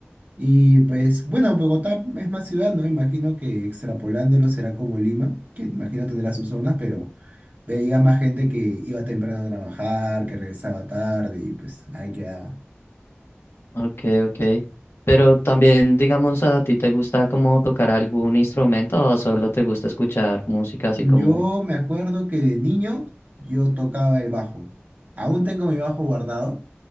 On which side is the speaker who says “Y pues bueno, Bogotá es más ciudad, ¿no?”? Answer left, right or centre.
Right